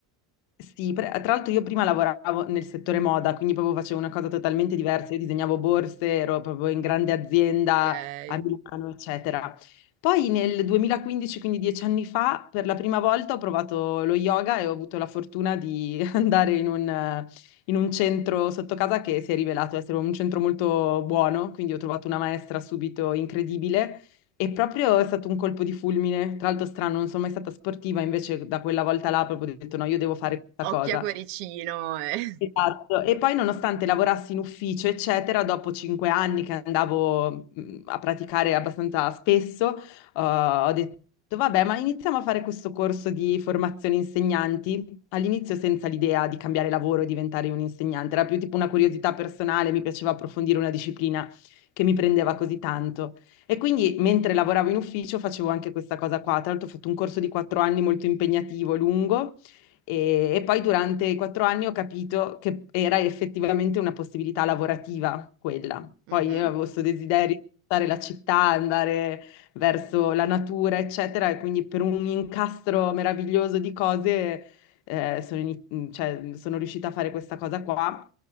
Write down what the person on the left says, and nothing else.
Sì, pre- tra l'altro io prima lavoravo nel settore moda, quindi proprio facevo una cosa totalmente diversa, io disegnavo borse, ero proprio in grande azienda
a Milano, eccetera. Poi nel 2015, quindi dieci anni fa, per la prima volta ho provato lo yoga e ho avuto la fortuna di <laughs> andare in un, eh, in un centro sotto casa che si è rivelato essere un centro molto buono, quindi ho trovato una maestra subito incredibile e proprio è stato un colpo di fulmine. Tra l'altro strano, non sono mai stata sportiva, invece da quella volta là proprio ho detto no, io devo fare questa
cosa.
Esatto, e poi nonostante lavorassi in ufficio, eccetera, dopo cinque anni che andavo mh, a praticare abbastanza spesso, eh, ho detto, vabbè, ma iniziamo a fare questo corso di formazione insegnanti, all'inizio senza l'idea di cambiare lavoro e diventare un insegnante, era più tipo una curiosità personale, mi piaceva approfondire una disciplina che mi prendeva così tanto. E quindi mentre lavoravo in ufficio facevo anche questa cosa qua, tra l'altro ho fatto un corso di quattro anni molto impegnativo, lungo. E, e poi durante i quattro anni ho capito che era effettivamente una possibilità lavorativa quella. Poi
io avevo questo desiderio di stare la città, andare verso la natura, eccetera, e quindi per un incastro meraviglioso di cose eh, sono, ini- cioè, sono riuscita a fare questa cosa qua.